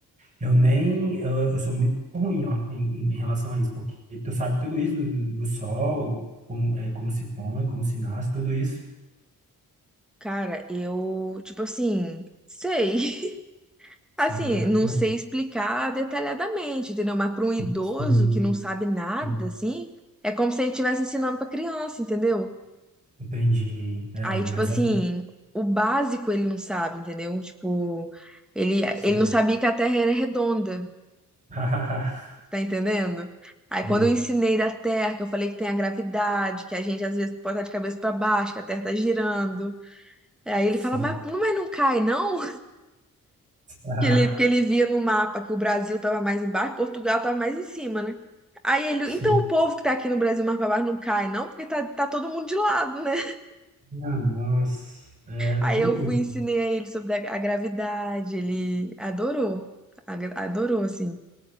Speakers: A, on the right; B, in the centre.
A: eu nem, eu, eu sou muito ruim, ó, em, em- em relação a isso, porque tu sabe tudo isso do, do do sol, como, é, como se põe, como se nasce, tudo isso,
B: Cara, eu, tipo assim, sei.
A: sabe?
B: Assim,
A: Legal.
B: não sei explicar detalhadamente, entendeu? Mas para um idoso
A: Sim,
B: que não sabe nada,
A: sim,
B: assim, é como se a gente estivesse ensinando para criança, entendeu?
A: entendi. É,
B: Aí,
A: mas
B: tipo assim,
A: é
B: o básico ele não sabe, entendeu? Tipo, ele,
A: isso.
B: ele não sabia que a Terra era redonda,
A: <laughs>
B: tá entendendo? Aí,
A: Sim,
B: quando eu ensinei da Terra, que eu falei que tem a gravidade, que a gente às vezes pode estar de cabeça para baixo, que a Terra tá girando. Aí
A: sim.
B: ele fala, mas, mas não cai, não?
A: <laughs>
B: Que ele, porque ele via no mapa que o Brasil estava mais embaixo, Portugal estava mais em cima, né? Aí ele,
A: Sim.
B: então o povo que tá aqui no Brasil mais pra baixo não cai, não, porque tá, tá todo mundo de lado, né?
A: Ah, nossa, é
B: Aí
A: bem
B: eu fui
A: isso.
B: e ensinei a ele sobre a, a gravidade, ele adorou, Agra- adorou, assim,